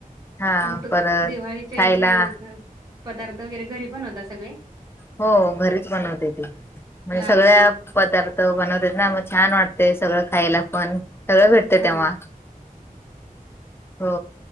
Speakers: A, on the left; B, on the right.
A: हा
B: मग त
A: परत
B: दिवाळीचे
A: खायला
B: असे पदार्थ वगैरे घरी पण होता सगळे
A: हो घरीच बनवते त म्हणजे
B: लाडू
A: सगळ्या पदार्थ बनवते ना मग छान वाटते सगळं खायला पण सगळं भेटते
B: हां.
A: तेव्हा हो